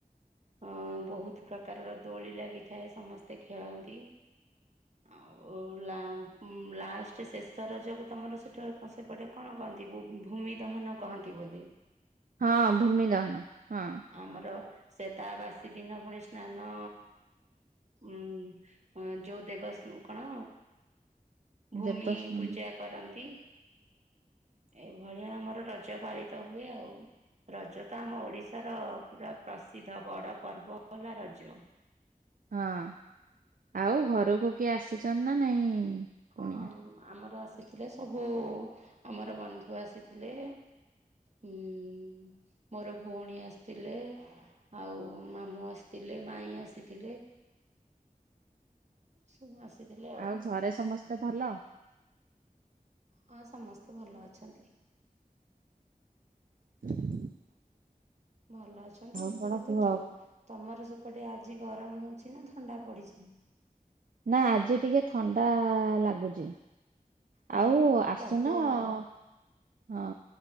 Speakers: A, on the right; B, on the right.
A: ଅ ବହୁତ ପ୍ରକାରର ଦୋଳି ଲାଗିଥାଏ ସମସ୍ତେ ଖେଳନ୍ତି। ଆଉ ଲା ଲାଷ୍ଟ ଶେଷ ରଜ କୁ ତମର ସେଠୁ ସେପଟେ କଣ କହନ୍ତି ଭୂମି ଦହନ କହନ୍ତି ବୋଧେ?
B: ହଁ ଭୂମି ଦହନ ହଁ।
A: ଆମର ସେତାବାସୀ ଦିନ ପୁଣି ସ୍ନାନ ଉ ଅ ଯୋଉ ଦେବ ସ କଣ? ଭୂମି
B: ଦେବସ୍ନାନ
A: ପୂଜା କରନ୍ତି। ଏଇଭଳିଆ ଆମର ରଜ ପାଳିତ ହୁଏ ଆଉ। ରଜ ତ ଆମ ଓଡିଶା ତାର ପୁରା ପ୍ରସିଦ୍ଧ ବଡ ପର୍ବ ହେଲା ରଜ।
B: ହଁ। ଆଉ ଘରକୁ କିଏ ଆସିଚନ୍ତି ନା ନାଇଁ?
A: ହଁ
B: କୁଣିଆ?
A: ଆମର ଆସିଥିଲେ ସବୁ ଆମର ବନ୍ଧୁ ଆସିଥିଲେ। ହୁଁ ମୋର ଭଉଣୀ ଆସିଥିଲେ। ଆଉ ମାମୁଁ ଆସିଥିଲେ ମାଇଁ ଆସିଥିଲେ। ସବୁ ଆସିଥିଲେ।
B: ଆଉ ଘରେ ସମସ୍ତେ ଭଲ।
A: ହଁ ସମସ୍ତେ ଭଲ ଅଛନ୍ତି।
B: <inaudible>
A: ଭଲ ଅଛନ୍ତି
B: ଆଉ
A: ଏପଟେ
B: କଣ କୁହ?
A: ତ ଯଉ। ତମର ସେପଟେ ଆଜି ଗରମ ହଉଛି ନା ଥଣ୍ଡା ପଡିଛି।
B: ନା ଆଜି ଟିକେ ଥଣ୍ଡା ଲାଗୁଛି।
A: ଆମର
B: ଆଉ
A: ଏପଟେ
B: ଆସୁନ
A: ପ୍ରବଳ
B: ହଁ।
A: ଗରମ।